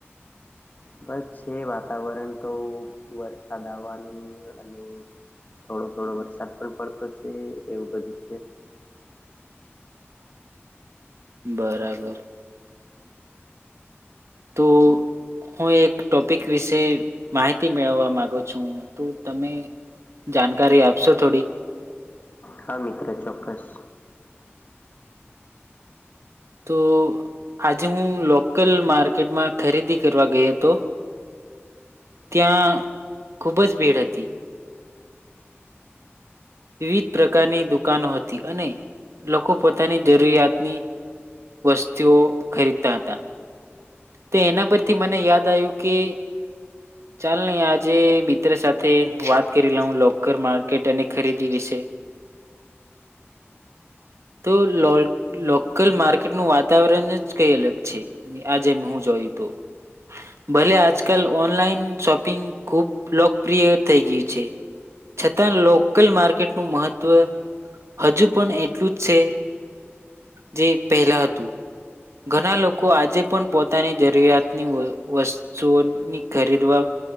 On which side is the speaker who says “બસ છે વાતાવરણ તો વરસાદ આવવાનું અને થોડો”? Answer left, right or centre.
Left